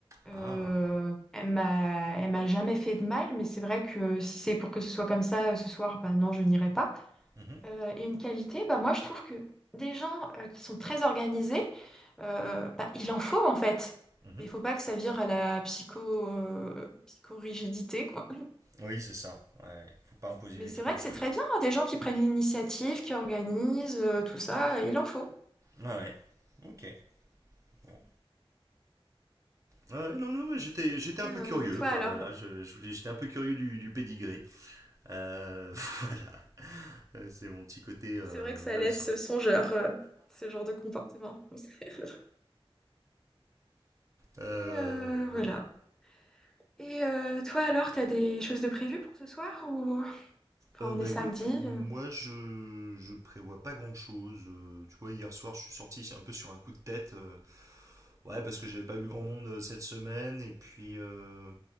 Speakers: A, in the centre; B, on the right.
A: Euh,
B: Ah.
A: elle m'a, elle m'a jamais fait de mal, mais c'est vrai que si c'est pour que ce soit comme ça euh, ce soir, bah non, je n'irai pas.
B: Mhm,
A: Euh, et une qualité, bah moi, je trouve que des gens euh, qui sont très organisés, euh, bah, il en faut en fait.
B: mhm.
A: Mais il faut pas que ça vire à la psycho, euh, psychorigidité, quoi.
B: Oui, c'est ça. Ouais, ouais. faut pas imposer
A: Mais
B: les
A: c'est
B: trucs.
A: vrai que c'est
B: euh.
A: très bien, hein, des gens qui prennent l'initiative, qui organisent, euh, tout ça, euh, il en faut.
B: Ouais, ouais. Ok. Bon. Ouais, non, non, mais j'étais, j'étais un
A: Et,
B: peu
A: euh,
B: curieux,
A: toi
B: quoi.
A: alors,
B: Voilà, je, je voulais, j'étais un peu curieux du, du pédigré. Euh, <laughs> voilà. Euh, C'est mon petit côté euh,
A: c'est vrai que ça
B: malsain.
A: laisse songeur, euh, ce genre de comportement. <laughs>
B: Euh,
A: Et euh, voilà.
B: bon.
A: Et euh, toi alors, t'as des choses de prévues pour ce soir ou... Enfin,
B: Euh,
A: on
B: bah
A: est samedi,
B: écoute, moi
A: euh,
B: je, je prévois pas grand chose. tu vois, hier soir je suis sorti un peu sur un coup de tête. euh, ouais, parce que j'avais pas vu grand monde euh, cette semaine. Et puis, euh,